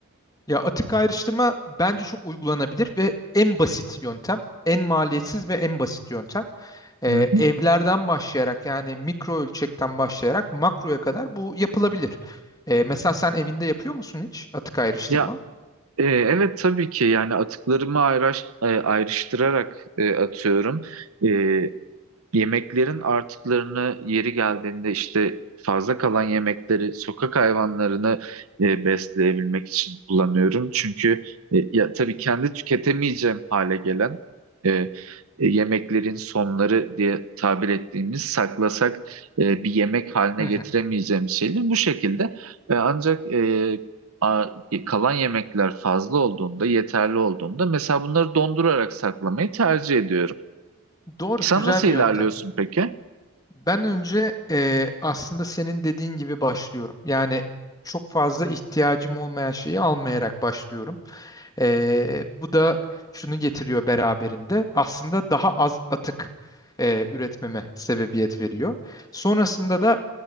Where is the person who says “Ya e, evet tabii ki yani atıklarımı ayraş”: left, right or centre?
Right